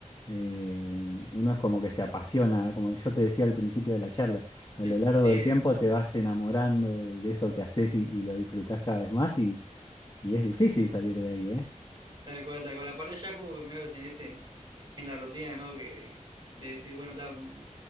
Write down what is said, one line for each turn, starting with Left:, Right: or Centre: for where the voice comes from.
Left: eh, uno es como que se apasiona, como yo te decía al principio de la charla, a
Right: Del-
Left: lo largo
Right: sí,
Left: del tiempo
Right: del-
Left: te vas enamorando de, de eso que haces y, y lo disfrutás cada vez más y, y es difícil salir de ahí, ¿eh?
Right: tal cual, tal cual. Aparte ya como que medio lo tenés en, en la rutina, ¿no? Que, de decir, bueno, ta, mm,